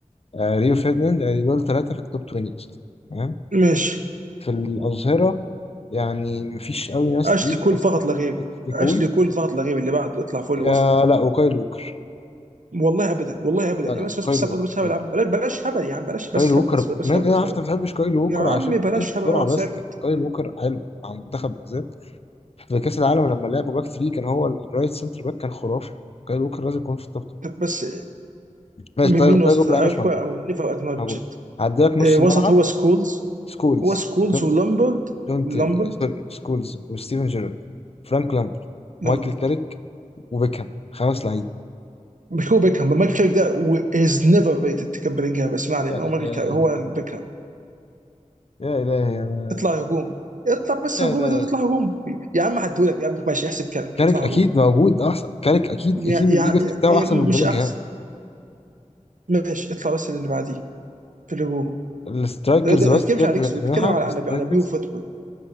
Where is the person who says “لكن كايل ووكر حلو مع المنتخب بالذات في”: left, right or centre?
Left